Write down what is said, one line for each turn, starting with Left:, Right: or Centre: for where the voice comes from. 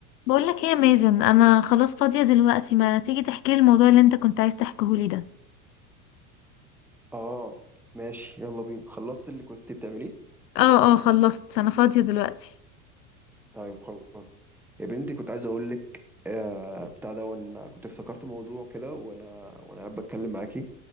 Left: بقول لك ايه يا مازن انا خلاص فاضيه دلوقتي ما تيجي تحكي لي الموضوع اللي انت كنت عايز تحكيه لي ده
Centre: اه ماشي يلا بينا خلصت اللي كنت بتعمليه
Left: اه اه خلصت انا فاضيه دلوقتي
Centre: طيب خلاص يا بنتي كنت عايز اقول لك آه بتاع ده وانا كنت افتكرت موضوع كده وانا وانا قاعد بتكلم معاكي